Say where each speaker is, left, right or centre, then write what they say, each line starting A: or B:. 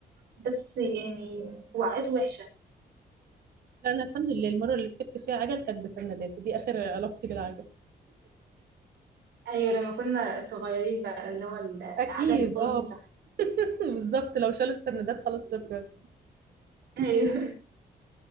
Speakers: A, on the right (about 85°); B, on the right (about 65°).
A: بس يعني وقعته وحشة
B: لا انا الحمد لله المره اللي ركبت فيها عجل كانت بسندات ودي اخر علاقتي بالعجل
A: ايوه لما كنا صغيرين بقى اللي هو ال- العجل
B: اكيد
A: بكرسي
B: اه
A: صح
B: <laughs> بالظبط لو شالوا السندات خلاص شكرا
A: <laughs> ايوه